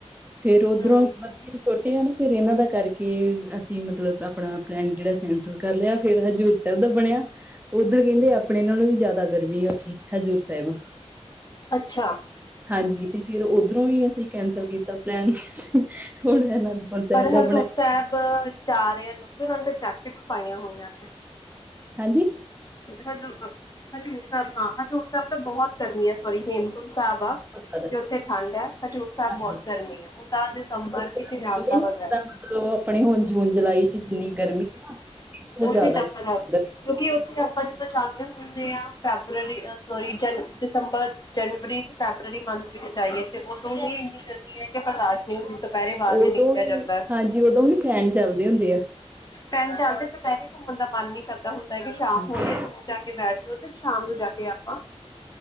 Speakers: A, on the right; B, on the left.
A: ਫੇਰ ਓਧਰੋਂ
B: ਹਮ
A: ਬੱਚੇ ਛੋਟੇ ਹੈ ਨਾ। ਫਿਰ ਇਹਨਾਂ ਦਾ ਕਰਕੇ ਅਸੀਂ ਮਤਲਬ ਆਪਣਾ ਪਲੈਨ ਜਿਹੜਾ ਕੈਂਸਲ ਕਰ ਲਿਆ ਫਿਰ ਹਜ਼ੂਰ ਸਾਹਿਬ ਦਾ ਬਣਿਆ। ਉੱਧਰ ਕਹਿੰਦੇ ਆਪਣੇ ਨਾਲੋਂ ਵੀ ਜ਼ਿਆਦਾ ਗਰਮੀ ਉੱਥੇ ਹਜ਼ੂਰ ਸਾਹਿਬ।
B: ਅੱਛਾ।
A: ਹਾਂਜੀ ਤੇ ਫਿਰ ਓਧਰੋਂ ਵੀ ਅਸੀਂ ਕੈਂਸਲ ਕੀਤਾ ਪਲੈਨ ਹੁਣ ਇਹਨਾਂ ਦਾ।
B: ਪਰ ਹਜ਼ੂਰ
A: ਬਣਾਇਆ
B: ਸਾਹਿਬ ਜਾ ਰਹੇ ਆ ਲੋਕ ਉਹਨਾ ਨੇ ਤਾ ਜੈਕਟਸ ਪਾਈਆਂ ਹੋਈਆਂ ਨੇ।
A: ਹਾਂਜੀ।
B: ਹ ਹਜ਼ੂਰ ਸਾਹਿਬ ਹਾਂ ਹਜ਼ੂਰ ਸਾਹਿਬ ਤਾਂ ਬਹੁਤ ਗਰਮੀ ਆ ਸੋਰੀ ਹੇਮਕੁੰਟ ਸਾਹਿਬ ਆ।
A: ਪੱਕਾ ਦਾ।
B: ਕੀ ਉਥੇ ਠੰਡ ਹੈ ਹਜ਼ੂਰ ਸਾਹਿਬ
A: ਹਾਂਜੀ
B: ਬਹੁਤ ਗਰਮੀ ਹੈ ਤਾ ਦਸੰਬਰ
A: ਗੁਰਦੁਆਰਾ
B: ਵਿਚ
A: ਕਹਿੰਦੇ
B: ਜਾਣ ਦਾ
A: ਨੇ
B: ਮਜ਼ਾ
A: ਜਿੱਦਾਂ
B: ਹੈ।
A: ਮਤਲਬ ਆਪਣੇ ਹੁਣ ਜ ਹੁਣ ਜੁਲਾਈ ਚ ਕਿਨੀ ਗਰਮੀ। ਤੋਂ ਜ਼ਿਆਦਾ
B: ਉਥੇ ਡਬਲ
A: ਗਰਮੀ
B: ਹੈ ਕਿਉ ਕਿ ਆਪਾਂ ਜਦੋ ਜਾਂਦੇਹਾਂ ਦੇਖਦੇ ਹਾਂ ਫੈਬਰਰੀ ਸੋਰੀ ਜਨ ਦਸੰਬਰ। ਜਨਵਰੀ ਫੈਬਰਰੀ ਮੰਥ ਵਿੱਚ ਜਾਈਏ ਤੇ ਉਦੋਨ ਹੀ ਇੰਨੀ ਗਰਮੀ ਹੈ ਕਿ ਬਰਦਾਸ਼। ਗਰਮੀ ਹੁੰਦੀ ਦੁਪਹਿਰੇ ਬਾਹਰ
A: ਉੱਧਰ।
B: ਨੀ
A: ਉਦੋਂ
B: ਨਿਕਲਿਆ
A: ਵੀ
B: ਜਾਂਦਾ।
A: ਹਾਂਜੀ ਉਦੋਂ ਵੀ ਫੈਨ ਚੱਲਦੇ ਹੁੰਦੇ ਆ
B: ਪੈਰ ਚੱਲਦੇ ਦੁਪਹਿਰੇ ਘੁੰਮਣ ਦਾ ਮਨ ਨੀ ਕਰਦਾ ਹੁੰਦਾ ਹੈ ਕਿ ਸ਼ਾਮ
A: ਹਾਂ,
B: ਹੋਲੇ। ਜਾ ਕੇ ਬੈਠ ਜੋ ਤੇ ਸ਼ਾਮ ਨੂੰ ਜਾ ਕੇ ਆਪਾਂ